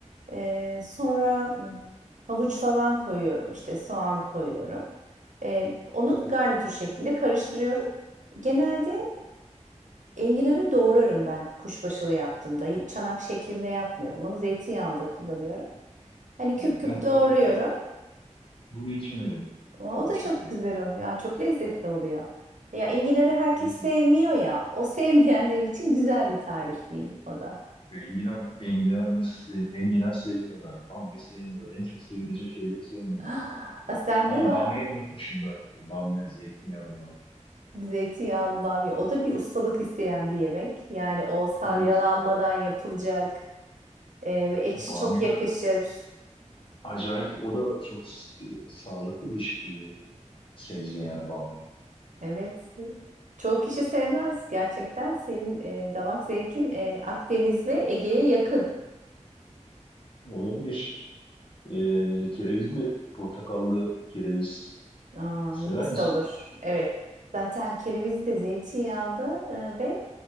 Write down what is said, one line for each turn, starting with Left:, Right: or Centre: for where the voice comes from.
Right: Ee, sonra hmm, havuç falan koyuyorum işte soğan koyuyorum. Ee, onu garnitür şeklinde karıştırıyorum. Genelde Enginarı doğrarım ben kuşbaşılı yaptığımda. Y- Çanak şeklinde yapmıyorum. Onu zeytinyağında kullanıyorum. Hani
Left: Ha,
Right: küp küp
Left: ben de
Right: doğruyorum.
Left: bak onu hiç, bunu hiç yemedim.
Right: Ama
Left: Bu
Right: o
Left: bu
Right: da
Left: şekilde.
Right: çok güzel oluyor. Ya çok lezzetli oluyor. Ya enginarı herkes
Left: Eminim.
Right: sevmiyor ya. O sevmeyenler için güzel bir tarif değil o da. <gasps>
Left: Enginar, enginar, enginar sevmiyorlar. Bamya sevmiyor. En çok sevilecek şeyleri sevmiyor.
Right: Ah, Sende
Left: Aa,
Right: var
Left: bamya'yı unutmuşum bak. Bamya zeytinyağından.
Right: zeytinyağlı bamya. O da bir ustalık isteyen bir yemek. Yani o salyalanmadan
Left: Evet.
Right: yapılacak. Ee, ve ekşi
Left: Bamya
Right: çok yakışır.
Left: da acayip. O da çok s- e, sağlıklı bir ş- e, sebze yani bamya.
Right: Evet. Çoğu kişi sevmez gerçekten. Senin e, damak zevkin e, Akdeniz ve Ege'ye yakın.
Left: Olabilir. E, kereviz de portakallı kereviz
Right: Aa,
Left: sever
Right: nefis
Left: misin?
Right: olur. Evet. Zaten kerevizi de zeytinyağlı e, ve